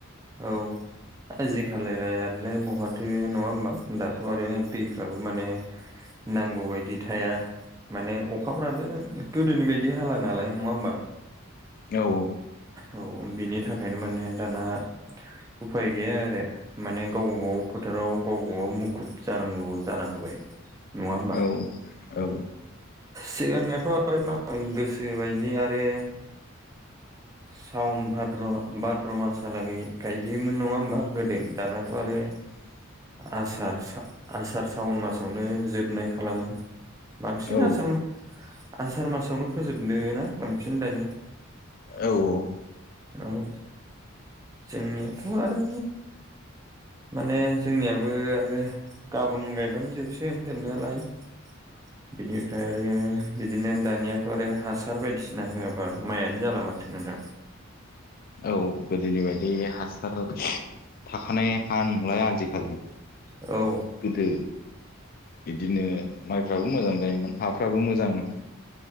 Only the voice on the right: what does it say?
औ आजिखालिलाय आरोलाय बहाथो नङा होमबा दाथ' आरो दै फोराबो माने नांगौबायदि थाया माने अखाफ्राबो गोदोनि बायदि हाला नालाय नङा होमबा
औ बिनि थाखायनो माने दाना उफाय गैया आरो माने गाव गबाव फोथाराव गाव गबाव मुखुब जानांगौ जाना होबाय नङा होमबा
सिगांनियाथ' आरो मा गोसो बायदि आरो सउन भाद्र' भाद्र' मासालागै गायहैयोमोन नङा होमबा गोदो दानाथ' आरो
आसार सा आसार सावन मासावनो जोबनाय खालामो बांसिन
आसार आसार मासावनो फोजोबदों ना बांसिन दानिया
औ जोंनियाथ' आरो माने जोंनियाबो आरो गाबोन गायबानो जोबसिगोन जोबनायालाय <inaudible> बिनिफ्राय आरो बिदिनो दानियाथ' आरो हासार बायदिसिना होआबा मायानो जाला माथो नोंथां
औ